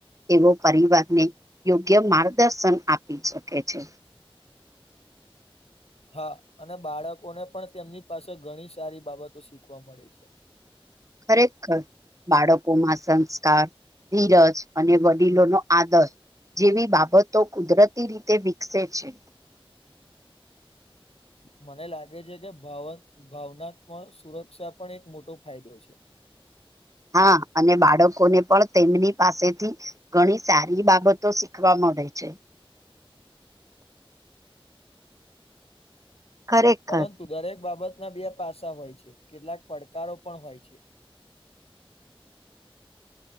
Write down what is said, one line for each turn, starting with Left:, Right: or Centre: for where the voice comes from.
Right: તેઓ પરિવારને યોગ્ય માર્ગદર્શન આપી છકે છે.
Left: હા અને બાળકોને પણ તેમની પાસે ઘણી સારી બાબતો શીખવા મળી છે.
Right: ખરેખર બાળકોમાં સંસ્કાર ધીરજ અને વડીલો નો આદર જેવી બાબતો કુદરતી રીતે વિકસે છે.
Left: મને લાગે છે કે ભાવ-ભાવનત્મક સુરક્ષા પણ એક મોટો ફાયદો છે.
Right: <inaudible> હા અને બાળકોને પણ તેમની પાસેથી ઘણી સારી બાબતો શીખવા મ ળે છે. ખરેખર
Left: પરંતુ દરેક બાબત ના બે પાસ હોય છે કેટલાક પડકારો પણ હોય છે.